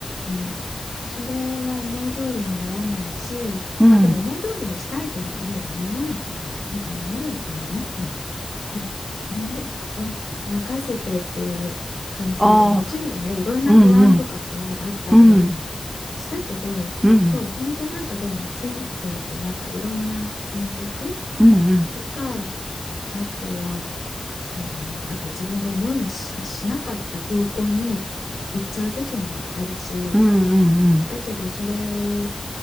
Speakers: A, on the left (about 75°); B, on the right (about 20°).
A: うん、それは思い通りにならないし、
B: うんうん
A: まあでも思い通りにしたいとももう思わなくな、なんかもうなるがままに <laughs> ねお任せてっていう感じだけど、
B: ああ
A: もちろんね、いろんな不安とかはね、
B: ーうんうん
A: あったり。
B: うん
A: したけどそう本当なんかでも人生ってなんかいろんな選択
B: うんうんうん
A: とかあとはそうだねあと自分が思いもし、しなかった方向に行っちゃう時もあるし
B: うんうんうん
A: だけどそれを